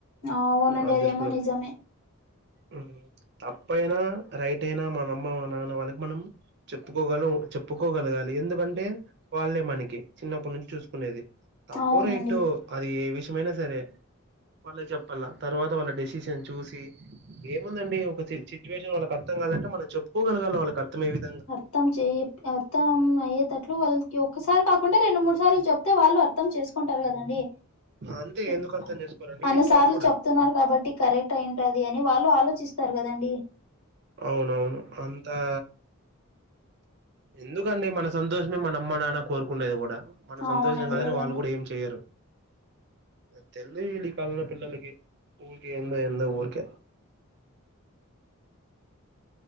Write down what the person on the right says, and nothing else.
నా
దుష్లో
ఊ తప్పైనా రైటైనా మన అమ్మ మా నాన్న వాళ్ళకి మనం చొప్పుకోగల ఉ చెప్పుకోగలగాలి ఎందుకంటే వాళ్ళే మనకి చిన్నప్పున్నించి చూస్కునేది
ప్పో రైటో అది ఏ విషమైనా సరే వాళ్ళక్ షెప్పల తర్వాత వాళ్ళ డెసిషన్ చూసి ఏముందండి ఒక సి సిచ్యువేషన్ వాళ్ళకి అర్థం గాదంటే మనం చొప్పుకోగలగాల వాళ్ళకి అర్థం అయ్యే వి
అంతే
ఎందుకు అర్థం చేసుకోరండి
వింటారు కూడా
అవునవును హంతా ఎందుకండి మన సంతోష్మే మన అమ్మ నాన్న కోరుకుండేది గూడ మన సంతోషంగా
అనేది
వాళ్ళు గూడేం టెయ్యరు ఆ తెల్దు ఈల్లు ఈ కాలంలో పిల్లొల్లకి ఊర్కే ఎందో ఎందో ఊర్కే